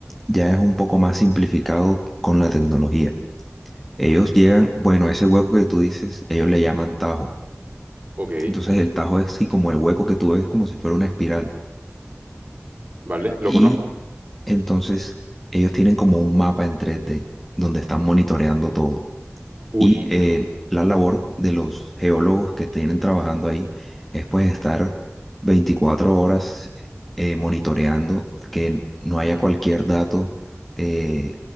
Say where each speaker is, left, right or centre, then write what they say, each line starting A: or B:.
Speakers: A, in the centre; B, on the right.
A: ya es un poco más simplificado con la tecnología. Ellos llegan, bueno, ese hueco que tú dices, ellos le llaman tajo.
B: Ok,
A: Entonces el tajo es así como el hueco que tú ves como si fuera una espiral.
B: vale, lo
A: Y
B: conozco.
A: entonces ellos tienen como un mapa en tres d donde están monitoreando todo.
B: Uy,
A: Y
B: pero
A: eh, la labor de los geólogos que tienen trabajando ahí es pues estar 24 horas eh, monitoreando que no haya cualquier dato eh,